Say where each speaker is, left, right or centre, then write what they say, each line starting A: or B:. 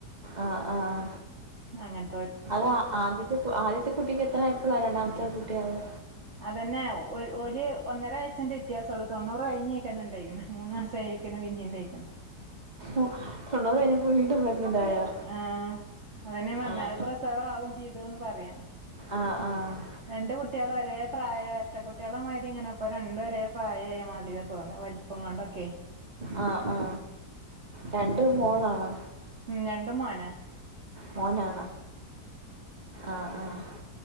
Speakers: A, on the right (about 25°); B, on the right (about 40°).
A: ആഹ ആഹ ആ
B: അങ്ങന
A: അത ആദ്യത്തെ കു ആദ്യത്തെ കുട്ടിക്ക് എത്ര ആപ്പോളാ രണ്ടാമത്തെ കുട്ടി അയെ
B: അതന്നെ ഒര് ഒല് ഒന്നര വയസ്സിന്റെ വ്യയാസമുള്ളൂ തൊണ്ണൂറ് കഴിഞ്ഞേക്ക തന്നെ ഉണ്ടായിരിക്കുന്ന മൂന്ന് മാസായ് ക്ക്ണ് പിന്നെയുണ്ടായിക്കണ്
A: ഒ തൊണ്ണൂറ് കഴിഞ്ഞപ്പോ വീണ്ടും പ്രെഗ്നന്റ് ആയോ
B: ആഹ അതന്നെയ പറഞ്ഞത്
A: ആഹ്
B: പ്രസവ ആവും ചെയ്തോന്ന് പറയാ
A: ആഹ് ആഹ്
B: രണ്ട് കുട്ടികളും ഒരേ പ്രായ എരട്ട കുട്ടികളെമാരി ഇങ്ങനെ ഇപ്പോ രണ്ടും ഒരേ പ്രായായ മതിരിയാ തോന്ന വ പ്പങ്ങണ്ടൊക്കെ
A: ആ ആ രണ്ട് മോളാണാ?
B: ഉം രണ്ടും മോന
A: മോനാണോ ആഹ് ആഹ്